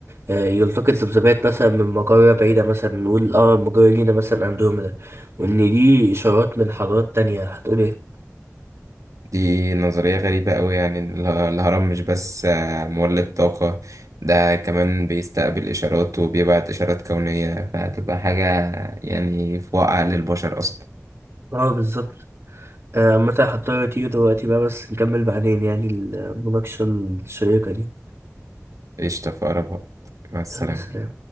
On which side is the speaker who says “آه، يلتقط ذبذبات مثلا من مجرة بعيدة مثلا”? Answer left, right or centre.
Right